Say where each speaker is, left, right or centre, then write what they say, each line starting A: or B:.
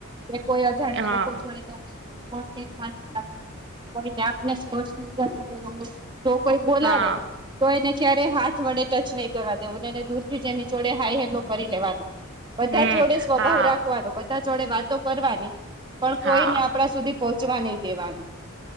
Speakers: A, on the right (about 20°); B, on the right (about 55°).
A: કે કોઈ અજાણ્યા
B: હા
A: લોકો જોઈ <unintelligible> જો કોઈ બોલાવે
B: હા
A: તો એને ક્યારે હાથ વડે ટચ નહીં કરવા દેવું ને એને દૂર થી જેની જોડે હાઈ હેલો કરી લેવાનું <inaudible> બધા
B: હમ
A: જોડે સ્વભાવ
B: હા
A: રાખવાનો બધા જોડે વાતો કરવાની પણ કોઈને
B: હા
A: આપણા સુધી પહોંચવા નહી દેવાનું.